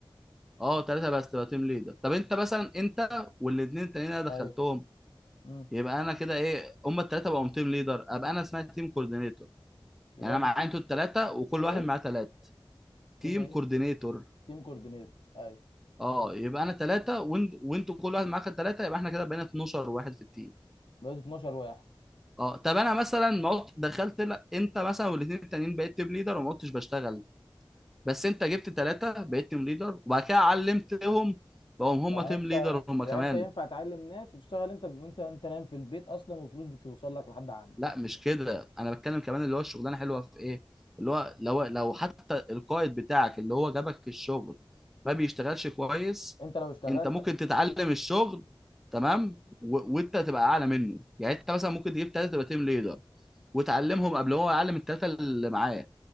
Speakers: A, in the centre; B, on the left.
A: اه ثلاثه بس تبقى تيم ليدر طب انت مثلا انت والاثنين التانيين اللي انا
B: ايوه
A: دخلتهم
B: امم
A: يبقى انا كده ايه هما الثلاثه بقوا تيم ليدر ابقى انا اسمها تيم كوردينيتور
B: يبقى
A: يعني
B: انت
A: انا معايا
B: التيم
A: انتوا الثلاثه وكل
B: تيم
A: واحد
B: ايه
A: معاه ثلاثه
B: تيم
A: تيم
B: ايه
A: كوردينيتور
B: تيم كوردينيتور ايوه
A: اه يبقى انا ثلاثه وانت وانتوا كل واحد معاك ثلاثه يبقى احنا كده بقينا 12 واحد في التيم
B: بقيت 12 واحد
A: اه طب انا مثلا ما قلت- دخلت لا انت مثلا والاثنين التانيين بقيت تيم ليدر وما كنتش بشتغل بس انت جبت ثلاثه بقيت تيم ليدر وبعد كده علمتهم بقوا
B: يعني
A: هم تيم
B: انت
A: ليدر هم
B: يعني
A: كمان
B: انت ينفع تعلم ناس وتشتغل انت وانت انت نايم في البيت اصلا وفلوس بتوصل لك لحد عندك
A: لا مش كده انا بتكلم كمان اللي هو الشغلانه حلوه في ايه اللي هو لو لو حتى القائد بتاعك اللي هو جابك في الشغل ما بيشتغلش كويس
B: انت لو اشتغلت
A: انت ممكن تتعلم الشغل تمام و... وانت تبقى اعلى منه يعني انت مثلا ممكن تجيب ثلاثه تبقى تيم ليدر وتعلمهم قبل هو يعلم الثلاثه اللي معاه